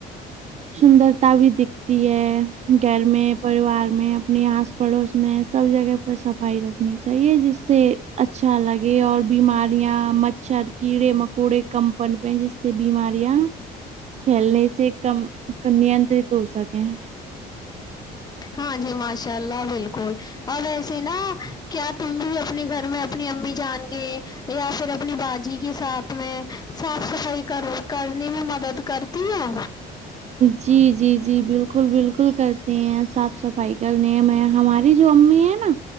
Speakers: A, on the right; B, on the left.
A: سندرتا بھی دکھتی ہے گھر میں پریوار میں اپنے آس پڑوس میں سب جگہ پر صفائی رکھنی چاہیے جس سے اچھا لگ یہ اور بیماریاں مچھر کیڑے مکوڑے کم پنپے جس سے بیماریاں کھیلنے سے کم کنیانٹرک ہو سکیں
B: ہاں جی ماشاء اللہ بالکل اور ویسے نا کیا تم بھی اپنے گھر میں اپنی امی جان کے یا پھر اپنی باجی کے ساتھ میں صاف صفائی کر کرنے میں مدد کر تی ہو
A: جی جی جی بالکل بالکل کرتی ہیں صاف صفائی کرنے میں ہمارے یہ جو امی اے نا